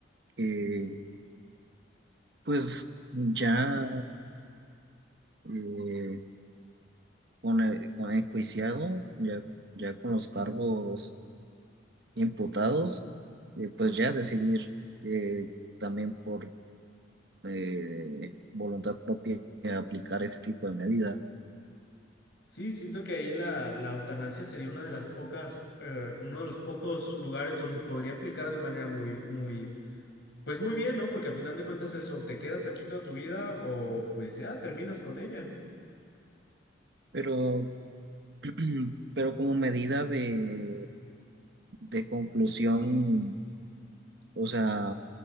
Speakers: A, on the right (about 60°); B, on the left (about 65°).
A: que, pues, ya eh, con el- con enjuiciado, ya, ya con los cargos imputados, eh, pues ya decidir eh, también por eh, voluntad propia aplicar ese tipo de medida.
B: Sí, siento que ahí la, la eutanasia sería una de las pocas, eh, uno de los pocos lugares donde podría aplicar de manera muy, muy, pues muy bien, ¿no? Porque a final de cuentas eso, te quedas aquí toda tu vida o pues ya terminas con ella.
A: Pero, <clears throat> pero como medida de, de conclusión, o sea,